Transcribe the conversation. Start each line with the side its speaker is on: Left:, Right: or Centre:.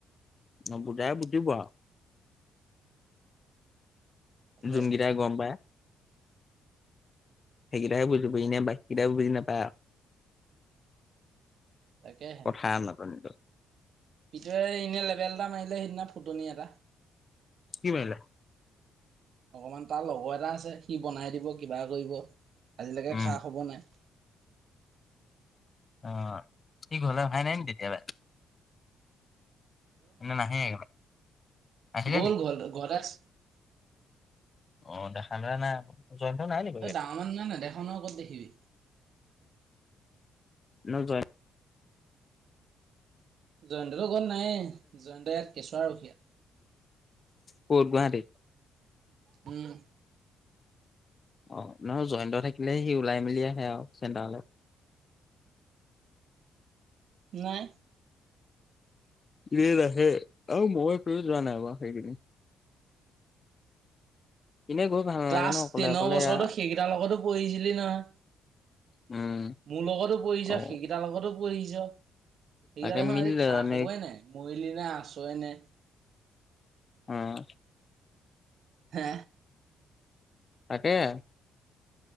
Left: অ, বুজাই বুজিব আৰু।
Right: তাকে
Left: যোনকেইটাই গম পায়। সেই কেইটাইহে বুজিব এনেই বাকীকেইটাই বুজি নাপায় আৰু।
Right: তাকেহে।
Left: কথাৰ নাটনিটো
Right: পিছে এনে লেবেল এটা মাৰিলে সেইদিনা ফুটনি এটা।
Left: কি মাৰিলে?
Right: অকণমান তাৰ লগৰ এটা আছে সি বনাই দিব কিবা কৰিব আজিলৈকে
Left: উম,
Right: খা খবৰ নাই।
Left: অ, ঠিক হ'লে ভাই নাই নেকি তেতিয়ালৈ। নে নাহেই একেবাৰে? আহিলে
Right: গ'ল
Left: নি?
Right: - গ'ল গদাক্স
Left: অ, দেখা যোৱা নাই আকৌ। জয়ন্ত নাই নেকি?
Right: এই ডাঙৰ মানুহ নহয় নেদেখাই নহয় ক'ত দেখিবি।
Left: ন জয়
Right: জয়ন্তটো ঘৰত নাইয়ে জয়ন্ত ইয়াত কেঁচুৱা ৰখীয়া।
Left: ক'ত গুৱাহাটী?
Right: উম,
Left: অ, নহয় জয়ন্ত থাকিলে সি ওলাই মেলি আহে আৰু চেণ্টাৰলে।
Right: নাই।
Left: সি নাহে আৰু মই কেলে যোৱা নাই বাৰু সেই কেইদিন। এনেই গৈ ভাল নালাগে
Right: ক্লাছ
Left: ন অকলে
Right: টেনৰ
Left: অকলে
Right: বছৰতো
Left: আ
Right: সেইকেইটাৰ লগতো পঢ়িছিলি নহয়।
Left: উম
Right: মোৰ লগতো পঢ়িছা,
Left: অ
Right: সেইকেইটাৰ লগতো পঢ়িছোঁ। সেই
Left: তাকে
Right: কেইটাৰ দেখোন
Left: মিলিলে
Right: আজি খা
Left: জানে
Right: খবৰেই নাই। মৰিলি নে আছোয়ে নে?
Left: উম,
Right: হে
Left: তাকেই।